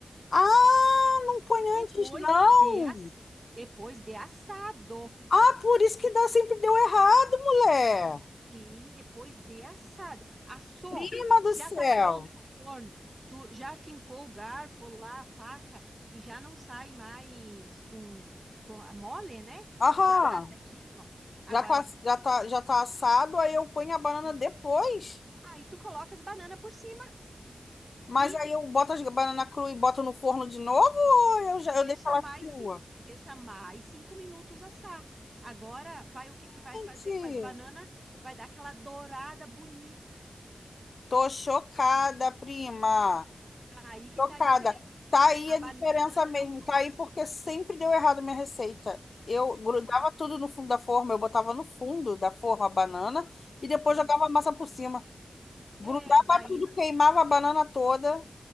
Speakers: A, on the left (about 70°); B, on the right (about 35°).
A: Ah, não põe
B: Depois
A: antes, não.
B: de, as, depois de assado.
A: Ah, por isso que dá, sempre deu errado, mulher.
B: Sim, depois de assado. Assou,
A: Prima do
B: já
A: céu.
B: tá pronto o forno. Tu já fincou o garfo lá, a faca, e já não sai mais com, com a mole, né?
A: Aham.
B: Já tá assadinho. Agora
A: Já tá,
B: tu puxa.
A: já tá, já tá assado, aí eu ponho a banana
B: aqui.
A: depois.
B: Aí tu coloca as bananas por cima
A: Mas
B: e
A: aí eu boto as banana crua e boto no forno de novo ou eu, já,
B: deixa
A: eu deixo ela
B: mais,
A: crua?
B: cin- deixa mais cinco minutos assar. Agora vai o que que vai fazer
A: Gente,
B: com as bananas? Vai dar aquela dourada bonita.
A: tô chocada, prima.
B: Aí que
A: Chocada.
B: tá a diferença.
A: Tá aí
B: A
A: a
B: banana
A: diferença mesmo.
B: não cozinha.
A: Tá aí porque sempre deu errado minha receita. Eu grudava tudo no fundo da forma, eu botava no fundo da forma a banana e depois
B: Ah,
A: jogava a massa por cima. Grudava
B: É, daí.
A: tudo,
B: no-
A: queimava a banana toda.